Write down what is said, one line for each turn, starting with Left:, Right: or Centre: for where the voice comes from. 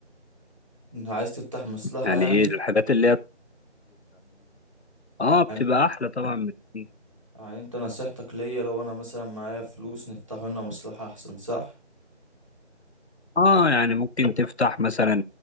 Right: انت عايز تفتح مصلحة
Left: يعني
Right: يعني
Left: إيه الحاجات اللي هي اه بتبقى
Right: يعني
Left: احلى طبعا بكتير
Right: يعني انت نصيحتك ليا لو انا مثلا معايا فلوس نفتحوا لنا مصلحة احسن صح
Left: اه يعني ممكن تفتح مثلا